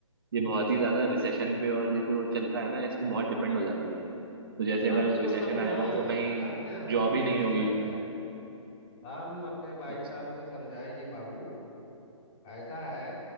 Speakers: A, on the right (about 45°); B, on the left (about 20°).
A: ये बहुत ही ज्यादा रिसेशन पे और ये जो चलता है ना इस पे बहुत डिपेंड हो जाती है तो जैसे अगर
B: हम इसको
A: रिसेशन
B: समझाएं
A: आएगा तो कहीं
B: जानते हैं हम इनको
A: जॉब ही
B: कैसे
A: नहीं होगी
B: समझाएं हम अपने भाई
A: अच्छा
B: साहब को समझाएं कि बाबू ऐसा है